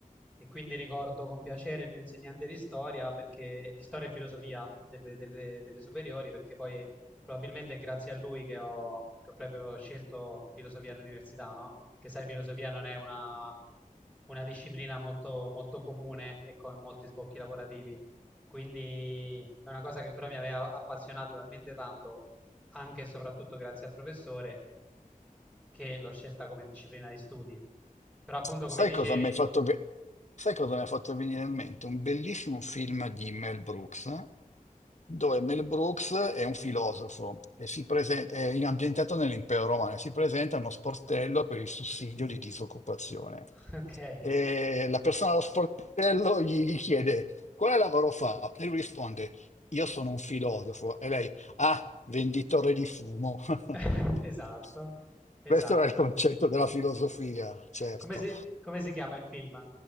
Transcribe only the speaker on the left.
Sai
cosa mi hai fatto ve- sai cosa mi ha fatto venire in mente? Un bellissimo film di Mel Brooks, dove Mel Brooks è un filosofo e si prese- è ambientato nell'impero romano e si presenta a uno sportello per il sussidio di disoccupazione.
E la persona allo sportello gli, gli chiede quale lavoro fa? E lui risponde, io sono un filosofo. E lei, ah, venditore di fumo. <laughs>
Questo era il concetto della filosofia, certo.